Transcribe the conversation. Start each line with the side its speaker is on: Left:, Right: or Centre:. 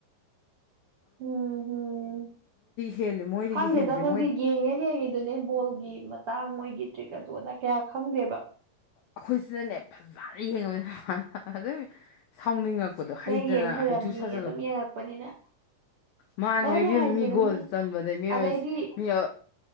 Right: ꯎꯝ ꯎꯝ
Left: ꯍꯦꯜꯂꯤ ꯃꯣꯏꯗꯒꯤ
Right: ꯈꯪꯗꯦꯗ
Left: ꯍꯦꯟꯒꯦ
Right: ꯑꯈꯣꯏꯗꯤ
Left: ꯃꯣꯏ
Right: ꯌꯦꯡꯉꯦꯅ ꯌꯦꯡꯉꯤꯗꯨꯅꯦ ꯕꯣꯜꯒꯤ ꯃꯇꯥꯡ ꯃꯣꯏꯒꯤꯇ꯭ꯔꯤꯛ ꯑꯗꯨ ꯑꯗꯥ ꯀꯌꯥ ꯈꯪꯗꯦꯕ
Left: ꯑꯈꯣꯏꯁꯤꯅꯅꯦ ꯐꯖꯔ ꯌꯦꯡꯉꯥꯝꯃꯦ <unintelligible> ꯑꯗꯨ ꯁꯥꯎꯅꯤꯡꯉꯛ ꯄꯗꯣ ꯍꯩꯇꯅ
Right: ꯅꯣꯏ ꯌꯦꯡ ꯍꯩꯔꯝꯅꯤ
Left: ꯍꯩꯊꯨ ꯁꯥꯖꯜꯂꯛꯄꯗꯣ
Right: ꯑꯗꯨꯝ ꯌꯦꯡꯉꯛꯄꯅꯤꯅ
Left: ꯃꯥꯅꯦ
Right: ꯑꯩꯈꯣꯏꯗꯤ
Left: ꯍꯥꯏ ꯏꯕꯝꯃꯥ
Right: ꯍꯩꯇꯦꯗ
Left: ꯃꯤ ꯒꯣꯜ ꯆꯟꯕꯗ ꯏꯕꯝꯃꯥ
Right: ꯑꯗꯩꯗꯤ
Left: ꯏꯁ ꯃꯤꯑ